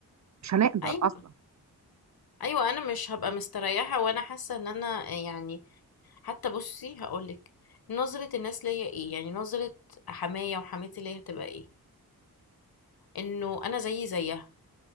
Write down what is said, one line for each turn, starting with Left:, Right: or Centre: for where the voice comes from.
Right: مش هنقدر
Left: ايوه
Right: أصلا
Left: ايوه انا مش هبقى مستريحة وانا حاسة ان انا يعني حتى بصي هقولك نظرة الناس ليا ايه يعني نظرة حماية وحماتي ليا هتبقى ايه انه انا زيي زيها